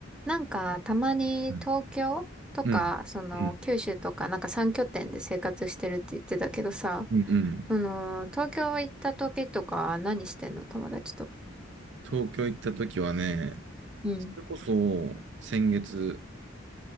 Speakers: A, in the centre; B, on the right (about 60°).
A: なんか、たまに東京とか、
B: うん。うん。
A: その、
B: うん。
A: 九州とか、なんか3拠点で生活してるって言ってたけどさ、
B: うん
A: その、東京行った時とか何してんの友達と。
B: 東京行った時はね、
A: うん、
B: それこそ先月